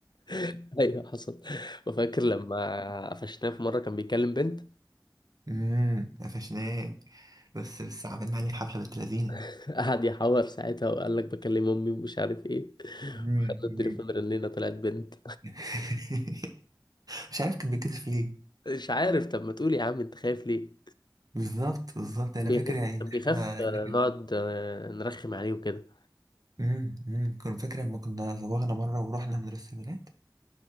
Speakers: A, on the left (about 70°); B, on the right (about 55°).
A: <laughs> ايوه حصل وفاكر لما قفشناه في مره كان بيكلم بنت
B: امم قفشناه بس بس عملنا عليه حفله بنت لذينه
A: <laughs> قعد يحور ساعتها وقال لك بكلم امي ومش عارف ايه
B: مم،
A: خدنا
B: مم.
A: التليفون رنينا طلعت بنت
B: <laughs> مش عارف كان بيتكسف ليه
A: مش عارف طب ما تقول يا عم انت خايف ليه
B: بالظبط بالظبط انا
A: بيخاف
B: فاكر يعني ان
A: كان بيخاف
B: احنا
A: آه،
B: ان كان
A: نقعد آه، نرخم عليه وكده
B: امم امم كنت فاكر لما كنا زوغنا مرة ورحنا مدرسة البنات